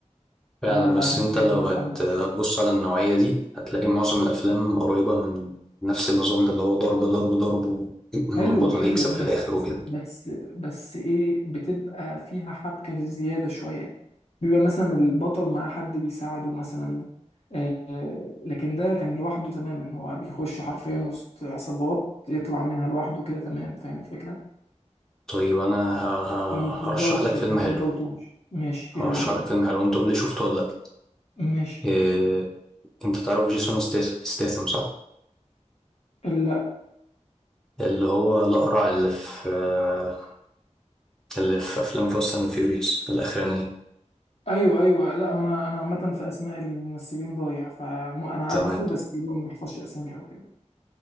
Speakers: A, in the centre; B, on the left (about 55°).
A: فعلا
B: ف- فعشان
A: بس انت
B: كده
A: لو
B: ما
A: هت
B: حبيتوش
A: هتبص على النوعية دي هتلاقي معظم الافلام قريبة من نفس النظام ده اللي هو ضرب ضرب ضرب المربوطة
B: حلو حلو
A: اللي يكسب
B: بس
A: في الاخر وكده
B: بس بس ايه بتبقى فيها حبكة زيادة شوية بيبقى مثلا البطل معاه حد بيساعده مثلا آه آه، لكن ده كان لوحده تماما هو بيخش حرفيا وسط عصابات يطلع منها لوحده كده تمام فاهم الفكرة؟
A: طيب انا ه- ه-
B: انا مفضلش
A: هرشح لك
B: مفضلتوش
A: فيلم حلو
B: ماشي
A: هرشح
B: يلا بينا
A: لك فيلم حلو انت قول لي شفته ولا لا
B: ماشي
A: إيه، انت تعرف جيسون ستيس- ستيثم صح؟
B: لا
A: اللي هو الأقرع اللي في آه، اللي في أفلام فاست أند فيوريوس الأخرانية
B: ايوه ايوه لا انا انا عامة في اسماء الممثلين ضايع فانا عارفه
A: تمام
B: بس اللي هو ما بحفظش اسامي او كده